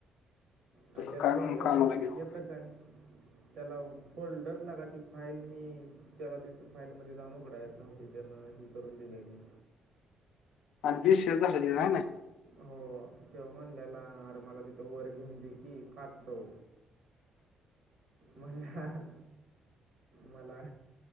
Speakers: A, on the right; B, on the left.
A: आणि
B: तुला
A: त्यातलं
B: म्हणून
A: येतं
B: कामाला
A: काय
B: घेऊ
A: येतं काय त्याला फोल्डर लागा ती फाईल मी त्याला तिथ फाईल मध्ये जाऊन उघडा येत नव्हते त्यांना ही करून दिलेली
B: आणि बी. सी. ए झालं त्याच हाय ना
A: हो तेव्हा म्हणलेला अरे मला तिथं वर घेऊन दे की काच चव मला मला